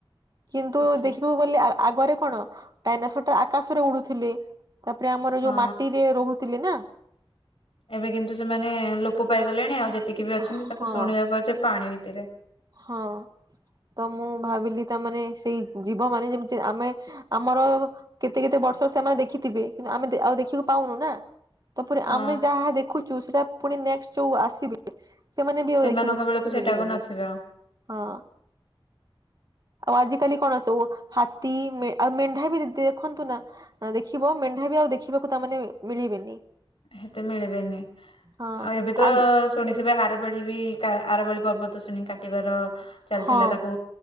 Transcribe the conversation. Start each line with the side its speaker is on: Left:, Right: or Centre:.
Right: କିନ୍ତୁ
Left: ଆଚ୍ଛା
Right: ଦେଖିବାକୁ ଗଲେ ଆ ଆଗରେ କଣ ଡାଇନେସର ଟା ଆକାଶରେ ଉଡୁଥିଲି ତାପରେ ଆମର
Left: ହଁ
Right: ଯୋଉ ମାଟିରେ ରହୁଥିଲେ ନା।
Left: ଏବେ କିନ୍ତୁ ସେମାନେ ଲୋପ ପାଇଗଲେଣି ଆଉ ଯେତିକି ବି ଅଛନ୍ତି
Right: ହଁ
Left: ତାକୁ ଶୁଣିବାକୁ ପାଉଛି ଯେ ପାଣି ଭିତରେ,
Right: ହଁ ତ ମୁଁ ଭାବିଲି ତା ମାନେ ସେଇ ଜୀବ ମାନେ ଯେମିତି ଆମେ ଆମର କେତେ କେତେ ବର୍ଷ ସେମାନେ ଦେଖିଥିବେ କିନ୍ତୁ, ଆମେ ଆଉ ଦେଖିକୁ ପାଉନୁ ନା। ତାପରେ
Left: ହଁ
Right: ଆମେ ଯାହା ଦେଖୁଛୁ ସେଟା ପୁଣି ନେକ୍ସଟ୍ ଯୋଉ ଆସିବେ ସେମାନେ ବି
Left: ସେମାନଙ୍କ
Right: ଆଉ ଦେଖିବାକୁ
Left: ବେଳକୁ ସେଟାକୁ
Right: ମିଳିବେନି
Left: ନଥିବ।
Right: ହଁ। ଆଉ ଆଜିିକାଲି କଣ, ସବୁ ହାତୀ ଆଉ ମେଣ୍ଢା ବି ଦେଖନ୍ତୁ ନା ହଁ ଦେଖିବ ମେଣ୍ଢା ବି ଆଉ ଦେଖିବାକୁ ତା ମାନେ ମିଳି ମିଳିବେନି।
Left: ହେତେ ମିଳିବେନି
Right: ହଁ
Left: ଆଉ ଏବେ ତ
Right: ଆ
Left: ଶୁଣି ଥିବେ ଆରବଳି ବି ଆରବଳି ପର୍ବତ ଶ୍ରେଣି କାଟିବାର। ଚାଲିଥିଲା
Right: ହଁ
Left: ତାକୁ